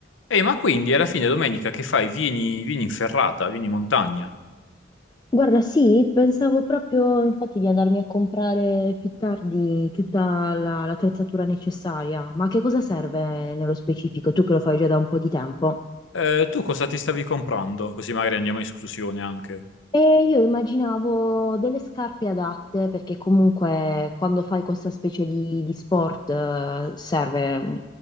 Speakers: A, on the left; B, on the left.
A: Ehi, ma quindi alla fine domenica che fai? Vieni, vieni in ferrata, vieni in montagna.
B: Guarda, sì, pensavo proprio infatti di andarmi a comprare più tardi tutta la- l'attrezzatura necessaria, ma che cosa serve nello specifico? Tu che lo fai già da un po' di tempo.
A: Eh, tu cosa ti stavi comprando? Così magari andiamo in esclusione anche.
B: E io immaginavo delle scarpe adatte, perché comunque quando fai questa specie di, di sport eh, serve mm,